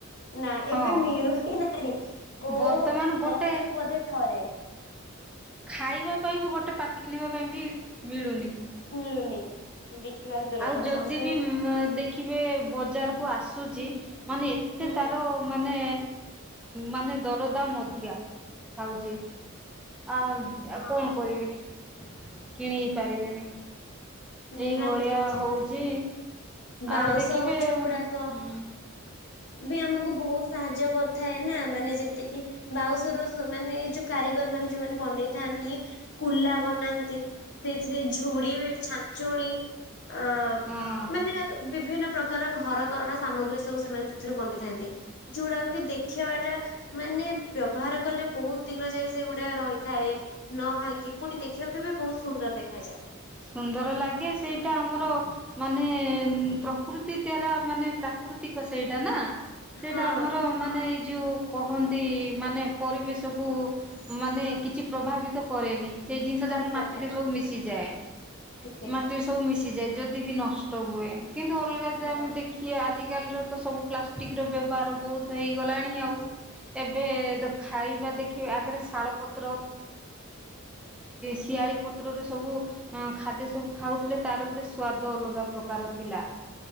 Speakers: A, on the left (about 50°); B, in the centre.
A: ନା
B: ହଁ
A: ଏବେ ମିଳୁ ହି ନାହିଁ କୋଉ
B: ବର୍ତ୍ତମାନ ଗୋଟେ
A: ବ କୁ ବୋଧେ ଥରେ।
B: ଖାଇବା ପାଇଁ ବି ଗୋଟେ ପାଟି କିି ନବା ପାଇଁ ବି ମିଳୁନି।
A: ମିଳୁନି ବିକିବାତ ଦୂରର
B: ଆଉ
A: କଥା
B: ଯଦି ବି
A: <unintelligible>
B: ଦେଖିବେ ବଜାରକୁ ଆସୁଛି ମାନେ ଏତେ
A: ହୁଁ
B: ତାର ମାନେ ମାନେ ଦରଦାମ ଅଧିକା ଖାଉଛି। ଆ
A: ହଁ।
B: ଆଉ କଣ କରିବେ? କିଣି ବି ପାରିବେନି।
A: ନିହାତି
B: ଏଇ ଭଳିଆ
A: ଯେମିତି
B: ହଉଛି।
A: କିି ବାଉଁଶ
B: ଆଉ ଦେଖିବେ
A: ଗଛ
B: ହୁଁ
A: ଗୁଡାକ ବି ଆମକୁ ବହୁତ ସାହାଯ୍ୟ କରୁ ଥାଏ ନା ମାନେ ଯେମିତି କିି ବାଉଁଶରୁ ମାନେ ଏଇ ଯୋଉ କାରିଗର ମାନେ ଯୋଉମାନେ ବନେଇଥାନ୍ତି। କୁଲା ବନାନ୍ତି ସେଥିରେ ଝୁଡ଼ି ବି ଛା ଚୁଣି ଅ
B: ହଁ
A: ମାନେ ବିଭିନ୍ନ ପ୍ରକାର ଘରକରଣା ସାମଗ୍ରୀ ସବୁ ସେମାନେ ସେଥିରୁ ବନିଥାନ୍ତି ଝୁଡାକୁ କି ଦେଖିବା ଟା ମାନେ ବ୍ୟବହାର କଲେ ବହୁତ ଦିନ ଯାଏ ସେଗୁଡା ରହିଥାଏ ନ ଭାଙ୍ଗି ପୁଣି ଦେଖିବାକୁ ବି ବହୁତ ସୁନ୍ଦର ଦେଖାଯାଏ।
B: ସୁନ୍ଦର ଲାଗେ ସେଇଟା ଆମର ମାନେ ପ୍ରକୃତି ଦ୍ଵାରା ମାନେ ପ୍ରାକୃତିକ ସେଇଟା ନା ସେଇଟା
A: ହଁ
B: ଆମର ମାନେଇ ଯେଉଁ କହନ୍ତି ମାନେ ପରିବେଶକୁ ମାନେ କିଛି ପ୍ରଭାବିତ କରେନି। ସେଇ ଜିନିଷ
A: କରିନଥାଏ
B: ଯାକ ମାଟିରେ ସବୁ ମିଶିଯାଏ।
A: ଆଜ୍ଞା।
B: ମାଟିରେ ସବୁ ମିଶିଯାଏ ଯଦି ବି ନଷ୍ଟ ହୁଏ। କିନ୍ତୁ ଅଲଗା ଯା
A: ହଁ
B: ଆମେ ଦେଖିବା ଆଜି ଆଜିକାଲିର ତ ସବୁ ପ୍ଲାଷ୍ଟିକ ର ବ୍ୟବହାର ବହୁତ ହେଇଗଲାଣି ଆଉ ଏବେ ଖାଇବା ଦେଖିବା ଆଗରେ ଶାଳ ପତ୍ର ଶିଆଳି ପତ୍ରରେ ସବୁ ହଁ ଖାଦ୍ୟ ସବୁ ଖାଉଥିଲେ ତାର ଗୋଟେ ସ୍ଵାଦ ଅଲଗା ପ୍ରକାର ଥିଲା।